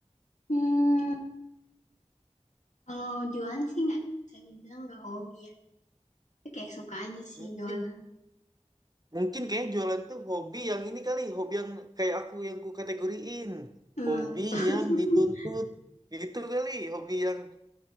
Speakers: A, on the left; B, on the right.
A: Hmm, kalau jualan sih nggak bisa dibilang nggak hobi ya. Tapi kayak suka aja sih
B: mungkin
A: jualan.
B: mungkin kayak jualan tuh hobi yang ini kali hobi yang kayak aku yang ku kategoriin
A: Hmm.
B: hobi
A: <laughs>
B: yang dituntut gitu kali hobi yang